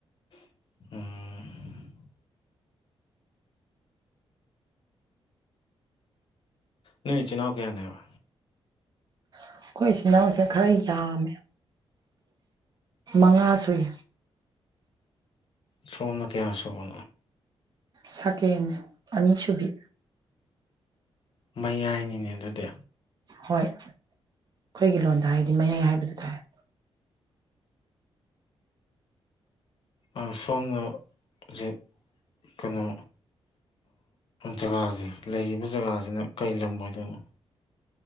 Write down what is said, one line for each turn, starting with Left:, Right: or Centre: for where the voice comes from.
Left: ꯎꯝ ꯅ ꯏ ꯆꯤꯟꯅꯥꯎ ꯀꯌꯥꯅꯦꯕ
Right: ꯑꯩꯈꯣꯏ ꯏꯆꯜ ꯏꯅꯥꯎꯁꯦ ꯈꯔ ꯌꯥꯝꯃꯦ ꯃꯉꯥ ꯁꯨꯏ
Left: ꯁꯃꯝꯅ ꯀꯌꯥ ꯁꯨꯃꯣ
Right: ꯁꯀꯦꯟ ꯑꯅꯤꯁꯨꯨꯕꯤ
Left: ꯃꯌꯥꯏꯅꯤꯅꯦ ꯑꯗꯨꯗꯤ
Right: ꯍꯣꯏ ꯑꯩꯈꯣꯏꯒꯤ ꯂꯣꯟꯗ ꯍꯥꯏꯔꯗꯤ ꯃꯌꯥꯏ ꯍꯥꯏꯕꯗꯨ ꯇꯥꯔꯦ
Left: ꯑ ꯁꯣꯅ ꯍꯧꯖꯤꯛ ꯀꯩꯅꯣ ꯖꯒꯥꯁꯦ ꯂꯩꯔꯤꯕ ꯖꯒꯥꯁꯤꯅ ꯀꯔꯤ ꯂꯝ ꯑꯣꯏꯗꯣꯏꯅꯣ